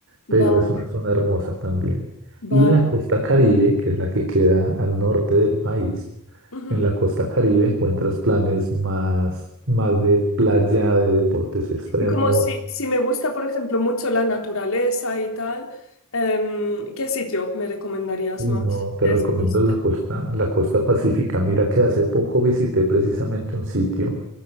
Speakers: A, on the right; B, on the left.
A: pero
B: va-
A: es una zona hermosa también.
B: vale.
A: Y la costa Caribe, que es la que queda al norte del país,
B: Ujú.
A: en la costa Caribe encuentras planes más, más de playa, de deportes extremos
B: Y como si, si me gusta, por ejemplo, mucho la naturaleza y tal, em, ¿qué sitio me recomendarías
A: Uy,
B: más
A: no, te
B: de
A: recomiendo
B: estos
A: la
B: tres?
A: costa, la costa pacífica. Mira que hace poco visité precisamente un sitio